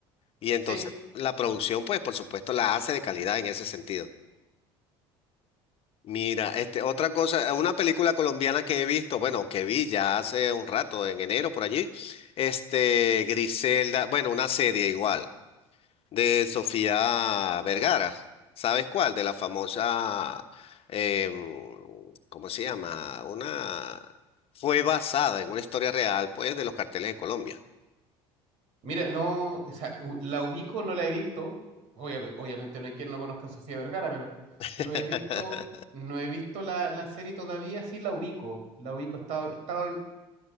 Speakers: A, on the left (about 50°); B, on the right (about 70°).
A: Y entonces
B: Sí,
A: la producción, pues por supuesto, la hace de calidad en ese sentido. Mira, este, otra cosa, eh, una película colombiana que he visto, bueno, que vi ya hace un rato, en enero por allí, este, Griselda, bueno, una serie igual, de Sofía Vergara, ¿sabes cuál? De la famosa, em, ¿cómo se llama? Una, fue basada en una historia real, pues, de los carteles de Colombia.
B: mira, no, o sea, u- la ubico, no la he visto. Obvia- obviamente no hay quien no conozca a Sofía Vergara, pero
A: <laughs>
B: no he visto, no he visto la, la serie todavía, sí la ubico. La ubico, estaba, estaba